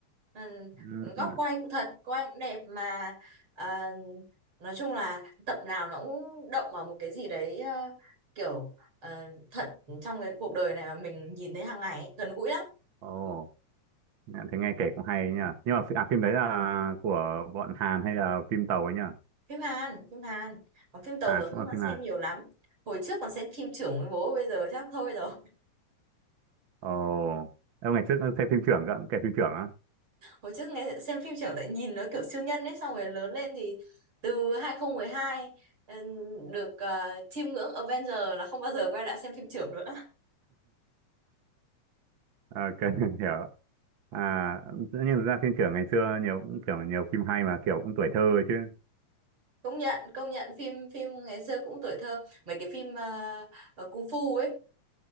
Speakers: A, on the right; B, on the right.
A: ừ,
B: ừ.
A: góc
B: ừ.
A: quay cũng thật quay cũng đẹp mà à, nói chung là tập nào nó cũng động vào một cái gì đấy ờ, kiểu ờ, thật trong cái cuộc đời này mà mình nhìn thấy hàng ngày ấy, gần gũi lắm
B: ồ nghe- thế nghe kể cũng hay nhỉ nhưng mà phi- à, phim đấy là của bọn Hàn hay là phim tàu ấy nhỉ
A: phim Hàn phim Hàn còn phim tàu
B: à
A: rồi không
B: cũng là
A: đã
B: phim
A: xem
B: Hàn
A: nhiều lắm hồi trước còn xem phim trưởng với bố bây giờ chắc thôi rồi
B: Ồ, em ngày trước xem phim trưởng cơ, kể phim trưởng á.
A: hồi trước nghe xem phim trưởng tại nhìn nó kiểu siêu nhân ấy xong rồi lớn lên thì từ 2012 ừm, được ờ, chiêm ngưỡng Avenger là không bao giờ quay lại xem phim trưởng nữa
B: Ok, <laughs> hiểu. À, tự nhiên thực ra phim trưởng ngày xưa nhiều cũng kiểu nhiều phim hay mà kiểu cũng tuổi thơ ấy chứ.
A: công nhận công nhận phim phim ngày xưa cũng tuổi thơ mấy cái phim ờ, ờ, cung phu ấy